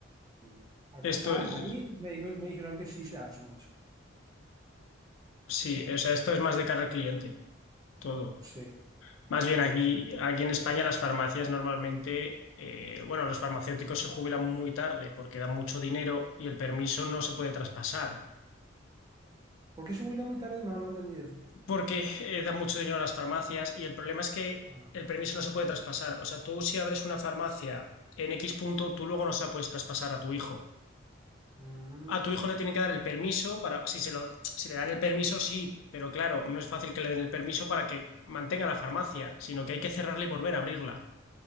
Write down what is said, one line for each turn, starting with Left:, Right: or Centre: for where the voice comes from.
Right: Mm. Ac-
Left: Esto
Right: Acá,
Left: es...
Right: ahí me dijo- me dijeron que sí se hace mucho.
Left: Sí, o sea, esto es más de cara al cliente, todo.
Right: Sí, así
Left: Más bien aquí,
Right: mismo.
Left: aquí en España las farmacias normalmente, eh, bueno, los farmacéuticos se jubilan muy tarde porque dan mucho dinero y el permiso no se puede traspasar,
Right: ¿Por qué se huila muy tarde? No, no entendí eso.
Left: porque eh, dan mucho dinero a las farmacias y el problema es que
Right: Ah.
Left: el permiso no se puede traspasar. O sea, tú si abres una farmacia en X punto, tú luego no se la puedes traspasar a tu hijo.
Right: Mm,
Left: A tu hijo le tienen que dar el permiso para, si se lo, si le dan el permiso, sí, pero claro, no es fácil que le den el permiso para que mantenga la farmacia, sino que hay que cerrarla y volver a abrirla.